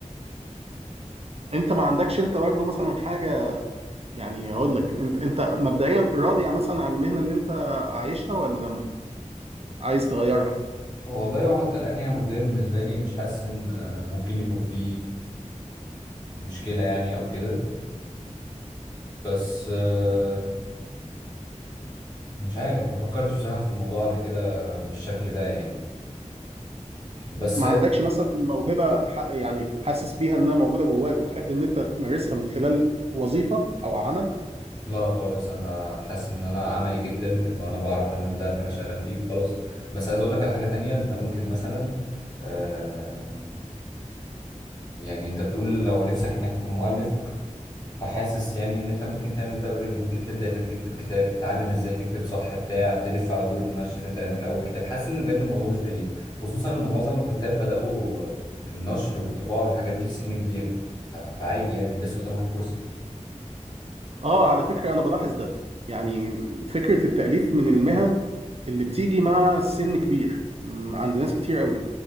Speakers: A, on the right (about 50°); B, on the left (about 30°).
A: انت ما عندكش انت برضه مثلا حاجة يعني اقول لك انت انت مبدئيا راضي مثلا عن المهنة اللي انت عايشها ولا عايز تغيرها
B: والله وحتى الان هي مرضية بالنسبة لي مش حاسس ان آه، ممكن يكون في مشكلة يعني او كده بس آه، مش عارف ما فكرتش بصراحة في الموضوع قبل كده بالشكل ده يعني بس
A: ما عندكش مثلا موهبة ح- يعني حاسس بيها انها موجودة جواك وتحب ان انت تمارسها من خلال وظيفة او عمل
B: لا خالص انا حاسس ان انا عملي جدا اللي انا بعرف اعمل ده فانا شغال فيه فخلاص بس عايز اقول لك على حاجة تانية انت ممكن مثلا آه، يعني انت بتقول لو نفسك انك تكون مؤلف فحاسس يعني ان انت ممكن تعمل ده اوريدي ممكن تبدا انك تكتب كتاب تتعلم ازاي تكتب صح بتاع تلف على دور النشر تعمل اول كتاب حاسس ان بجد الموضوع مش بعيد خصوصا ان معظم الكتاب بداوا النشر والطباعه والحاجات دي في سن كبير يعني ف- فعادي يعني لسه قدامك الفرصه
A: اه على فكرة انا بلاحظ ده يعني فكرة التأليف من المهن اللي بتيجي مع سن كبير م، عند ناس كتير قوي